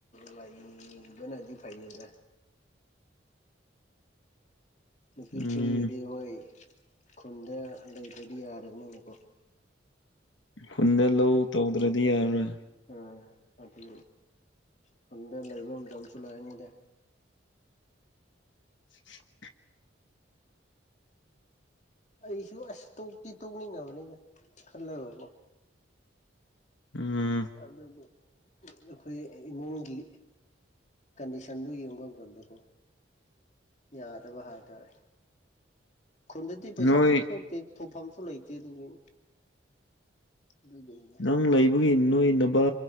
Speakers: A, on the left (about 35°); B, on the left (about 70°).
A: ꯂꯩꯕꯅꯗꯤ ꯐꯩꯌꯦꯅ ꯅꯨꯄꯤ
B: ꯎꯝ
A: ꯊꯤꯔꯗꯤ ꯍꯣꯏ ꯈꯨꯟꯗ ꯂꯩꯇ꯭ꯔꯗꯤ ꯌꯥꯗꯕꯅꯤꯅꯀꯣ
B: ꯈꯨꯟꯗ ꯂꯧ ꯇꯧꯗ꯭ꯔꯗꯤ ꯌꯥꯔ꯫
A: ꯑꯥ ꯑꯗꯨ ꯈꯨꯟꯗ ꯂꯩꯕ ꯃꯇꯝꯁꯨ ꯂꯥꯛꯑꯅꯤꯗ꯫
B: <unintelligible>
A: ꯑꯩꯁꯨ ꯑꯁ ꯇꯣꯛꯇꯤ ꯇꯣꯛꯅꯤꯡꯉꯕꯅꯤꯅ ꯈꯜꯂꯒꯀꯣ꯫
B: ꯑ
A: ꯑꯗꯨꯕꯨ ꯑꯈꯣꯏꯒꯤ ꯏꯃꯨꯡꯒꯤ ꯀꯟꯗꯤꯁꯟꯗꯨ ꯌꯦꯡꯕ ꯃꯇꯝꯗꯀꯣ꯫ ꯌꯥꯗꯕ ꯍꯥꯏꯇꯥꯔꯦ꯫ ꯈꯨꯟꯗꯗꯤ ꯄꯩꯁꯥꯁꯨ
B: ꯅꯣꯏ
A: ꯊꯣꯛꯇꯦ ꯊꯣꯛꯐꯝꯁꯨ ꯂꯩꯇꯦ ꯑꯗꯨꯒꯤ꯫ ꯑꯗꯨꯒꯤꯅꯤ꯫
B: ꯅꯪ ꯂꯩ ꯕꯒꯤ ꯅꯣꯏ ꯅꯕꯥ